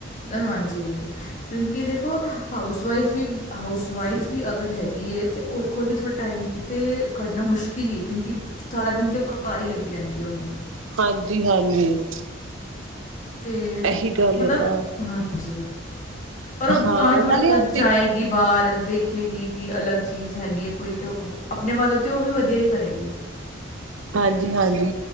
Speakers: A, on the left; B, on the right.
A: ਹਾਂਜੀ, ਕਿਉਂਕਿ ਦੇਖੋ, ਹਾਊਸ ਵਾਈਫ ਵੀ ਹਾਊਸ ਵਾਈਫ ਵੀ ਅਗਰ ਹੈਗੀ ਹੈ ਤੇ ਉਹਦੇ ਕੋਲ ਵੀ ਥੋੜਾ ਟਾਈਮ ਤੇ ਕੱਢਨਾ ਮੁਸ਼ਕਿਲ ਹੀ ਕਿਉਂਕਿ ਸਾਰਾ ਦਿਨ ਤੇ ਉਹ ਘਰ ਹੀ ਲੱਗੀ ਰਹਿੰਦੀ ਹੋਣੀ।
B: ਹਾਂਜੀ ਹਾਂਜੀ, <inaudible>
A: ਤੇ
B: ਇਹੀ ਗੱਲ
A: ਮਤਲਬ
B: ਹੈ ਨਾ।
A: ਹਾਂਜੀ, ਪਰ ਉਹ
B: ਹਾਂ
A: ਤਾਂਣੇ ਥੋੜਾ
B: ਨਾਲੇ ਦੇਖ
A: ਜਾਏਗੀ ਬਾਹਰ ਦੇ। <inaudible> ਦੇਖੇਗੀ ਕਿ ਅਲੱਗ ਚੀਜ਼ ਹੈਗੀ ਹੈ। ਕੋਈ ਤੇ ਆਪਣੇ ਵੱਲੋਂ ਤੇ ਉਹ ਵੀ ਵਧੀਆ। ਕੀ ਕਰੇਗੀ।
B: ਹਾਂਜੀ ਹਾਂਜੀ